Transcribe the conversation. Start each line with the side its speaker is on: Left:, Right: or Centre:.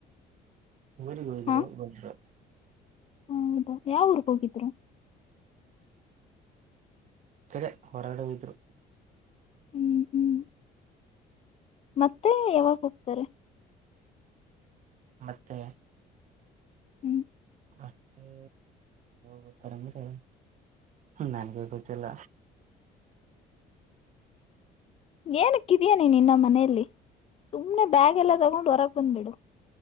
Right: ಊರಿಗೆಗ್ ಹೋದ್ರು
Left: ಹಾ
Right: ಹೋದ್ರು
Left: ಹೌದಾ ಯಾವ ಊರ್ಗ್ ಹೋಗಿದ್ರು
Right: ಕೆಡೆ ಹೊರಾಡಿದ್ರು
Left: ಹ್ಮ್ ಹ್ಮ್ ಮತ್ತೆ ಯಾವಾಗ ಹೋಗ ಹತಾರೆ
Right: ಮತ್ತೆ
Left: ಹ್ಮ್
Right: ಮತ್ತೆ ಗತ್ತಾರಂದ್ರೆ ನನ್ಗೆ ಗೊತ್ತಿಲ್ಲ
Left: ಏನಕ್ಕಿದ್ಯ ನೀ ನಿನ್ನ ಮನೆಯಲ್ಲಿ ಸುಮ್ನೆ ಬ್ಯಾಗ್ ಎಲ್ಲ ತಗೊಂಡು ಹೊರಗೆ ಬಂದ್ಬಿಡು